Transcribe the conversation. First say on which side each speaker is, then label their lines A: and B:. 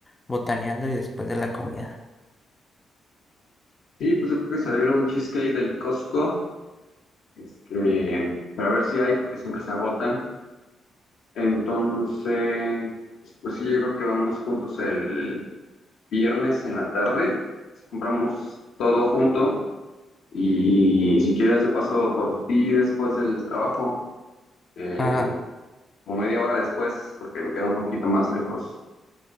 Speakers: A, on the left; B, on the left.
A: botaneando y después de la comida.
B: Sí, pues yo creo que saldría un cheesecake del Costco Este, para ver si hay, porque siempre se agotan. Entonces, pues sí, yo creo que vamos juntos el viernes en la tarde. Si compramos todo junto y si quieres de paso por ti después del trabajo, eh,
A: Ah,
B: como media hora después, porque me queda un poquito más lejos.